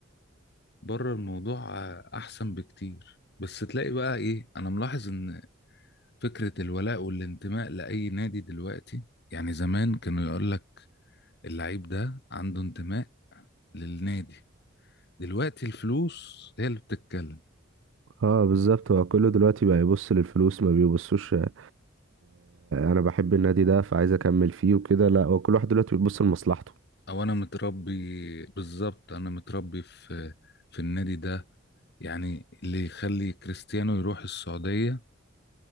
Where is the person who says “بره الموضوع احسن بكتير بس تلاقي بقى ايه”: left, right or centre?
Left